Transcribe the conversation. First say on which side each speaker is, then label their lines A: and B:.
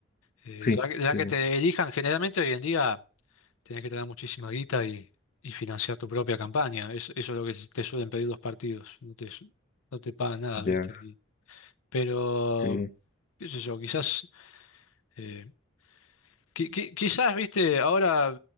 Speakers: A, on the left; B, on the left.
A: eh,
B: Sí,
A: ya, que ya
B: sí,
A: que
B: sí.
A: te elijan, generalmente hoy en día tenés que tener muchísima guita y, y financiar tu propia campaña. Es- eso es lo que te suelen pedir los partidos, no te, no te pagan nada, ¿viste?
B: Ya.
A: Y- pero,
B: Sí,
A: qué sé yo, quizás. eh, Qui- qui- quizás, viste, ahora